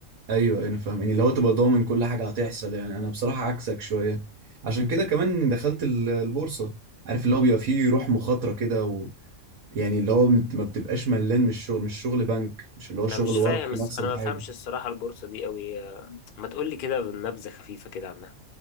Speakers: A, on the right; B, on the left.
A: ايوه انا فاهم يعني لو تبقى ضامن كل حاجه هتحصل يعني انا بصراحه عكسك شويه عشان كده كمان دخلت ال- البورصه عارف اللي هو بيبقى فيه روح مخاطره كده و... يعني اللي هو ما بتبقاش ملان من الشغل مش شغل بنك مش اللي هو شغل
B: انا مش
A: ورقي
B: فاهم الس-
A: نفس
B: انا
A: الحاجه
B: ما بفهمش الصراحه البورصه دي قوي آه، ما تقول لي كده بنبذه خفيفه كده عنها